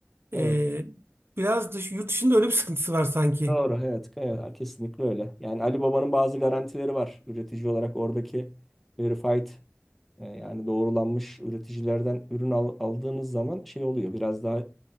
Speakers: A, in the centre; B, on the right.
A: Evet.
B: Ee, biraz dış, yurt dışında öyle bir sıkıntısı var sanki.
A: Doğru. Evet. evet. Kesinlikle öyle. Yani Ali Baba'nın bazı garantileri var. Üretici olarak oradaki verified E, yani doğrulanmış üreticilerden ürün al- aldığınız zaman şey oluyor biraz daha